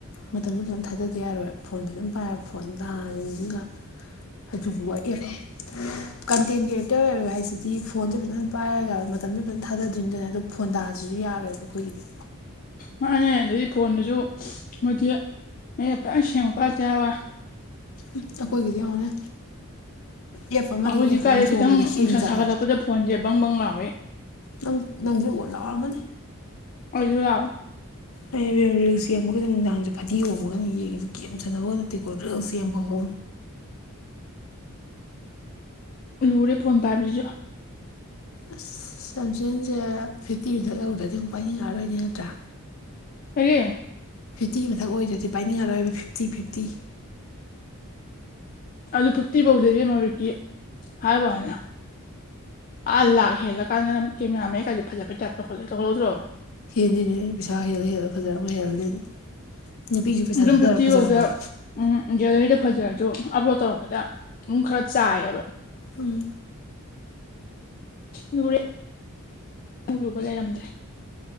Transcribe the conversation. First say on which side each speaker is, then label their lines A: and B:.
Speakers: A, on the left; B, on the left.
A: ꯃꯇꯝꯁꯨ ꯐꯖꯅ ꯊꯥꯗꯗ ꯌꯥꯔꯣꯏ ꯐꯣꯟ ꯐꯖꯅ ꯄꯥꯏꯔꯦ ꯐꯣꯟ <inaudible> ꯇꯥꯁꯤꯡꯁꯤꯒ
B: <unintelligible>
A: ꯑꯗꯨꯖꯤꯕꯨ ꯋꯥꯑꯦꯑꯦ <inaudible> ꯀꯟꯇꯦꯟ ꯀ꯭ꯔꯤꯌꯦꯇꯔ ꯑꯣꯏꯔꯣ ꯍꯥꯏꯁꯤꯗꯤ ꯐꯣꯟꯁꯦ ꯐꯖꯅ ꯄꯥꯏꯔꯒ ꯃꯇꯝꯁꯦ ꯐꯖꯅ ꯊꯥꯗꯣꯏꯔꯤꯗꯨꯅꯦ ꯑꯗꯨ ꯐꯣꯟꯗꯥꯁꯤꯁꯨ ꯌꯥꯔꯣꯏꯕ ꯑꯩꯈꯣꯏꯒꯤꯗꯤ
B: ꯃꯥꯥꯅꯦ ꯑꯗꯩ ꯐꯣꯟꯗꯨꯁꯨ ꯃꯣꯏꯗꯤ ꯃ ꯐꯖꯅ ꯃꯌꯦꯛ ꯁꯦꯡꯕ ꯄꯥꯢꯔꯛꯇ ꯌꯥꯔꯣꯢ
A: ꯑꯩꯈꯣꯏꯒꯤꯗꯤ ꯌꯥꯡꯉꯨꯅꯦ ꯑꯦꯞ ꯑꯃꯗꯤ
B: ꯑꯩꯈꯣꯏꯁꯦ
A: ꯑꯦꯞ
B: ꯀꯥꯏꯗ
A: ꯑꯃ ꯆꯣꯡꯉꯗꯤ
B: ꯈꯤꯇꯪ
A: ꯍꯦꯡ
B: ꯅꯨꯡꯁꯥ
A: ꯆꯠꯂꯦ
B: ꯁꯥꯒꯠꯂꯛꯄꯗ ꯐꯣꯟꯁꯦ ꯕꯪꯕꯪ ꯂꯥꯎꯉꯩ
A: ꯅꯪ ꯅꯪꯁꯨ ꯑꯣꯠ ꯂꯥꯎꯔꯝꯃꯅꯤ
B: ꯑꯩꯁꯨ ꯂꯥꯎꯋꯤ
A: ꯑꯩ ꯔꯤꯜꯁ ꯌꯦꯡꯕꯒꯤꯗ ꯅꯨꯡꯗꯥꯡꯁꯦ ꯐꯗꯤ ꯍꯣꯕꯒꯅ ꯌꯦꯡꯉꯦ ꯒꯦꯝ ꯁꯥꯟꯅꯕꯒ ꯅꯠꯇꯦꯀꯣ ꯔꯤꯜꯁ ꯌꯦꯡ ꯐꯥꯎ
B: ꯂꯨꯔꯦ ꯐꯣꯟ ꯄꯥꯏꯕꯁꯤꯁꯨ
A: ꯑꯁ ꯆꯝꯖꯦꯜꯁꯦ ꯐꯤꯐꯇꯤ ꯃꯤꯗꯠ ꯌꯧꯗ꯭ꯔꯗꯤ ꯑꯃꯨꯛ ꯄꯥꯏꯅꯤꯡꯉꯛꯑꯔꯣꯏꯅꯦ ꯅꯠꯇ꯭ꯔꯥ
B: ꯀꯔꯤ
A: ꯐꯤꯐꯇꯤ ꯃꯊꯛ ꯑꯣꯏꯗ꯭ꯔꯗꯤ ꯄꯥꯏꯅꯤꯡꯉꯔꯣꯏꯕ ꯐꯤꯐꯇꯤ ꯐꯤꯐꯇꯤ
B: ꯑꯗꯨ ꯐꯤꯐꯇꯤ ꯐꯥꯎꯁꯦ ꯢꯕꯦꯝꯃ ꯍꯤꯢꯕꯩ ꯋꯥꯅꯤ ꯑꯥ ꯂꯥ ꯍꯦꯜꯂ ꯀꯥꯟꯗ ꯀꯦꯃꯦꯔꯥ ꯃꯌꯦꯛꯁꯦ ꯐꯖ ꯐꯩ ꯇꯥꯞ ꯇꯧꯈꯜꯂꯦ ꯇꯧꯈꯠꯗ꯭ꯔꯣ
A: ꯍꯦꯟꯁꯤꯅꯤꯅꯦ ꯄꯩꯁꯥ ꯍꯦꯜꯂꯒ ꯍꯦꯜꯂꯒ ꯐꯖꯔꯕ ꯍꯦꯜꯂꯗꯣꯏꯅꯤ ꯅꯨꯄꯤꯁꯨ ꯄꯩꯁꯥ
B: ꯑꯗꯨꯝ
A: ꯊꯥꯊꯔ
B: ꯐꯤꯐꯇꯤ
A: ꯐꯖꯔꯛꯄꯗꯣ
B: ꯐꯧꯗ ꯎꯝ ꯒꯦꯂꯔꯤꯗ ꯐꯖꯔꯁꯨ ꯑꯞꯂꯣꯗ ꯇꯧꯔꯛꯄꯗ ꯑꯗꯨꯝ ꯈꯔꯥ ꯆꯥꯏꯌꯦꯕ
A: ꯎꯝ
B: ꯂꯨꯔꯦ ꯂꯨꯕ ꯂꯩꯔꯝꯗ꯭ꯔꯦ